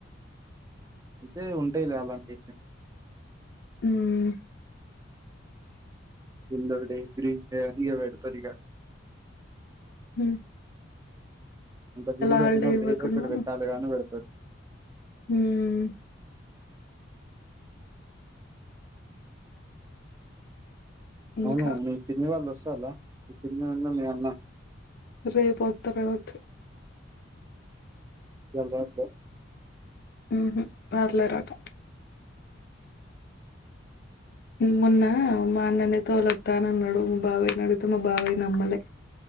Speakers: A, on the right; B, on the left.
A: అయితే ఉంటయిలే అలాంటివి
B: ఊమ్
A: ఎల్లో డే గ్రీన్ డే అని ఇగ బెడతరిగ
B: హ్మ్
A: అంత గ్రీన్ గ
B: హాలిడే
A: గట్టినప్పుడు
B: ఇవ్వకుండా
A: ఏదోక్కటి పెట్టాలిగని పెడతరు
B: హ్మ్ ఇంకా
A: అవును మీ పిన్ని వాళ్ళు వస్తాల్లా మీ పిన్ని వును మీ అన్న
B: రేపొత్తరు గావచ్చు
A: ఇయాల రాట్లే
B: ఉమ్ హు రాట్లేరట ఉమ్ మొన్న మా అన్ననే తోలొత్తానన్నడు మా బాబాయ్ నడిగితే మా బాబాయ్ నమ్మలే